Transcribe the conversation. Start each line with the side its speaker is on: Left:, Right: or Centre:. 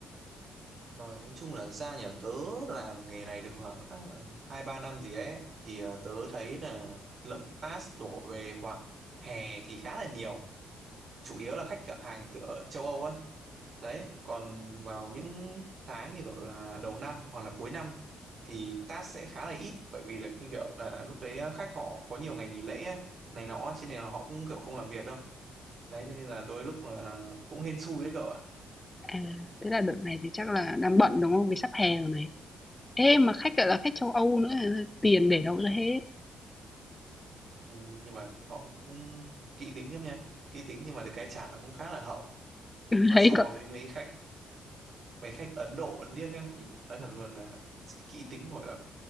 Right: nói chung là ra nhà tớ làm nghề này được khoảng à, hai ba năm gì ấy thì à, tớ thấy là lượng task đổ về khoảng hè thì khá là nhiều chủ yếu là khách hàng từ ở châu Âu á đấy còn vào những tháng như gọi là đầu năm hoặc là cuối năm thì task sẽ khá là ít bởi vì là khi kiểu là lúc đấy ờ, khách họ có nhiều ngày nghỉ lễ á, này nọ cho nên là họ cũng kiểu không làm việc đâu đấy cho nên là đôi lúc là cũng hên xui đấy cậu ạ
Left: À, thế là đợt này thì chắc là đang bận, đúng không? Vì sắp hè rồi này. Ê, mà khách lại là khách châu Âu nữa, tiền để đâu ra hết? <laughs>
Right: Ừ, nhưng mà họ cũng kỹ tính lắm nha kỹ tính nhưng mà được cái trả cũng khá là hậu
Left: Ừ,
Right: nhưng mà
Left: đấy,
Right: so
Left: còn
Right: với mấy khách mấy khách Ấn Độ Ấn Điếc á, thì nói thật luôn là kỹ tính gọi là